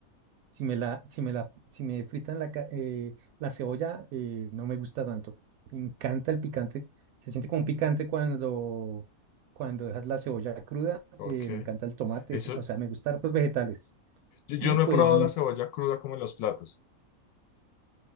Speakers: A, on the right; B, on the left.
A: Si me la, si me la, si me fritan la, ca- eh, la cebolla, eh, no me gusta tanto. Me encanta el picante, se siente como un picante cuando, cuando dejas la cebolla cruda.
B: Ok.
A: eh, me encanta el tomate,
B: Eso,
A: es- o sea, me gustan hartos vegetales.
B: yo, yo
A: Y
B: no
A: pues,
B: he probado
A: n-
B: la cebolla cruda como en los platos.